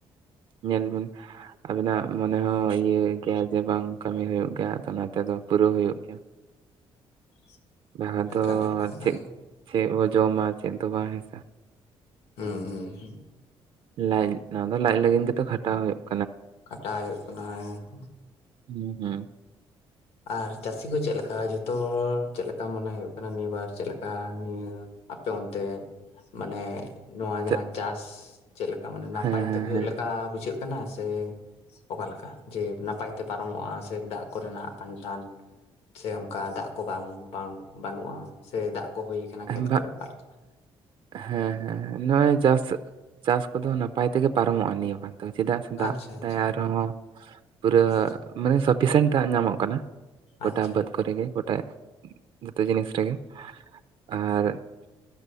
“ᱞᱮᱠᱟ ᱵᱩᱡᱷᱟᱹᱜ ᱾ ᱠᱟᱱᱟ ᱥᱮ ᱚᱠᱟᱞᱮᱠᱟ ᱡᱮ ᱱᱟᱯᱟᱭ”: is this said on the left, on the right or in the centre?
Left